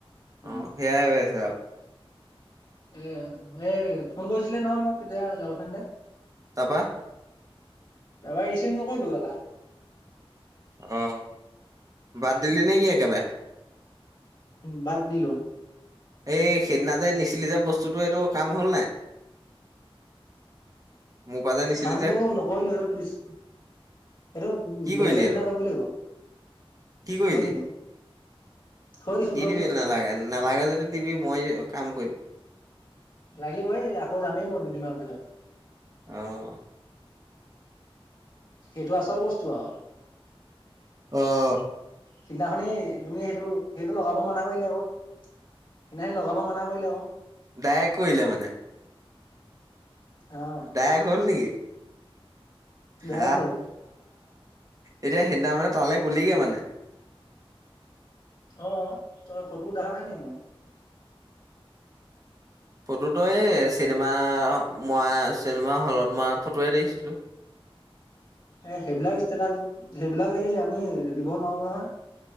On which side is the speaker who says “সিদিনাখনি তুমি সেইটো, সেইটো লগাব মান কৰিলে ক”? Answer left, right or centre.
Left